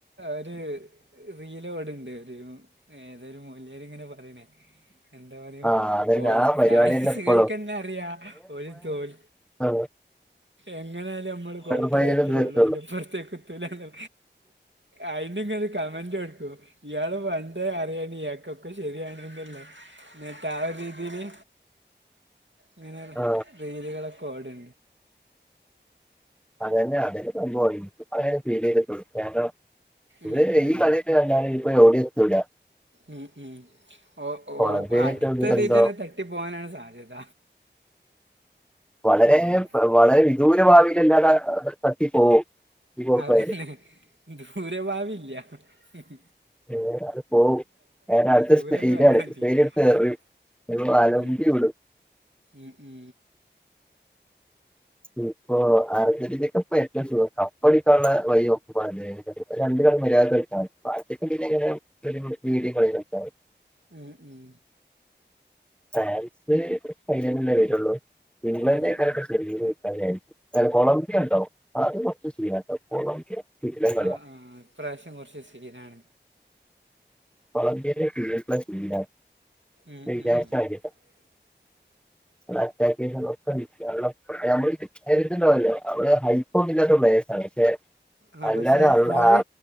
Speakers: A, on the right (about 80°); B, in the centre.
A: ഒരു റീല് ഒട്ണ്ട് ഒരു ഏതൊരു മൊയ്ല്യാര്. ഇങ്ങനെ പറയണേ എന്താ പറയോ
B: ആ അതന്നെ
A: ഓൽ
B: ആ പരിപാടി
A: ഫാൻസുകൾക്ക്
B: തന്നെ എപ്പോഴും
A: ന്നെ അറിയാ ഒരു തോൽ
B: ആ
A: എങ്ങനാലും നമ്മള് കൊട്ടറെ
B: ഫൈനൽ
A: എത്രേ
B: ഇത്
A: ഉള്ളൂ
B: എത്തുള്ളൂ
A: അതിന്റെപ്പുറത്തേക്ക് എത്തൂലാലോ അയിന് ഇങ്ങള് ഒരു കമന്റ് കണ്ടോ ഇയാള് പണ്ടേ അറിയന് ഇയാക്കൊക്കെ ശരിയാണെന്നളോ. ഇന്നത്തെ ആ രീതിയില് ഇങ്ങനെ
B: ആ
A: റീലുകളൊക്കെ ഓട്ന്
B: അതന്നെ അതിന്റെ സംഭവം ഇനിക് അങ്ങനെ ഫീൽ ചെയ്തിട്ടുള്ളു. കാരണം ഇ
A: ഉം ഉം.
B: ഈ കളി <unintelligible> ഇപ്പൊ എവിടിം ഓടി എത്തൂലേ
A: ഉം ഉം ഓ ഓ
B: കൊളംബിയനായിട്ട്
A: അടുത്ത
B: ഇതിലെന്തോ
A: ഇതീതന്നെ തട്ടി പോകാനാണ് സാധ്യത.
B: വളരെ
A: ഉം.
B: വളരെ വിദൂര ഭാവിയിലല്ലാതെ തട്ടി പോകും. ഈ പോക്കായാലും
A: അതന്നെ ദൂരെ ഭാവില്ല <unintelligible> ഉം
B: ഏഹ് അത് പോവും കാര അടുത്ത്
A: ദൂരം
B: സ്പെയിലാണ്
A: എന്ന് പറഞ്ഞാൽ മതി
B: സ്പയില് അടുത്ത്
A: അത്-
B: എറിം. അലമ്പി
A: ഉം.
B: വിടും.
A: ഉം ഉം
B: ഇപ്പ അർജന്റീന എന്താ സുഖം കപ്പടിക്കാനുള്ള വഴി നോക്കിക്കോ രണ്ട് കളി മര്യാദ ആഹ്‌ പഠിപ്പ്ണ്ട്ന്ന്ണ്ടെങ്കി <unintelligible>
A: മം ഉം
B: ഫ്രാൻസ് ഫൈനലല്ലേ വരുള്ളൂ ഇംഗ്ലണ്ട്ക്കാരം
A: ഉം ഉം.
B: <unintelligible> കൊളംബിയണ്ടാവും അത് കുറച്ച് സീനാ കേട്ടോ കൊളംബിയ കിടിലൻ കളിയാ
A: ആഹ് ആഹ് ഇപ്രാവശ്യം കുറച്ച് സീനാണ്.
B: കൊളംബിയയിലെ <unintelligible> സീനാണ്
A: ഉം
B: വിചാരിച്ച
A: ഉം.
B: മാരിയല്ല
A: <inaudible>
B: <unintelligible> <unintelligible>
A: ആ
B: എല്ലാരും
A: പക്ഷെ
B: അള്ള
A: ഓല്
B: ആ